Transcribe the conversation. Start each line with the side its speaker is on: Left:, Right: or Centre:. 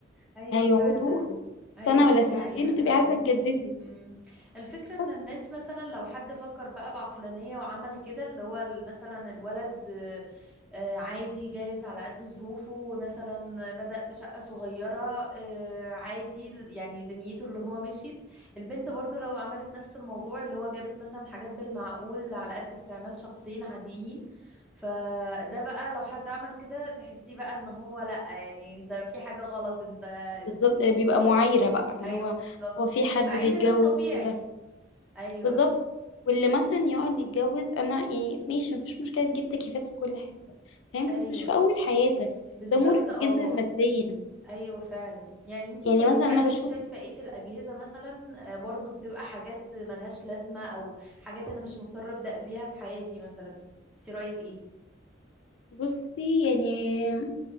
Centre: ايوه
Left: هيقعدوا
Centre: فعلا ايوه
Left: سنة ولا
Centre: دي
Left: سنتين
Centre: حقيقه
Left: وتبقي
Centre: فعلا
Left: عايزة تجددي
Centre: مم. الفكرة ان
Left: بس
Centre: الناس مثلا لو حد فكر بقى بعقلانية وعمل كده اللي هو ال- مثلا الولد آه، آه، عادي جاهز على قد ظروفه مثلا بدأ بشقة صغيرة آه، عادي ال- يعني دنيته اللي هو مشيت البنت برضو لو عملت نفس الموضوع اللي هو جابت مثلا حاجات بالمعقول على قد استعمال شخصين عاديين فده بقى لو حد عمل كده تحسيه بقى ان هو لأ يعني انت في حاجة غلط انت
Left: بالظبط
Centre: ازاي
Left: بيبقى معايرة بقى اللي
Centre: ايوه
Left: هو
Centre: بالظبط
Left: هو في حد
Centre: مع
Left: بيتجوز
Centre: ان ده الطبيعي
Left: كده
Centre: ايوه
Left: بالظبط واللي مثلا يقعد يتجوز انا يعني ماشي مفيش مشكلة تجيب تكييفات في كل حتة فاهم
Centre: ايوه
Left: بس مش في اول حياتك
Centre: بالظبط
Left: ده مرهق
Centre: اه
Left: جدا ماديا
Centre: ايوه فعلا يعني انتي
Left: يعني
Centre: شايفه
Left: مثلا انا بشوف
Centre: انتي شايفه ايه في الاجهزه مثلا آه، برضو بتبقى حاجات ملهاش لازمه او حاجات انا مش مضطره ابدا بيها في حياتي مثلا انتي رايك ايه
Left: بصي يعني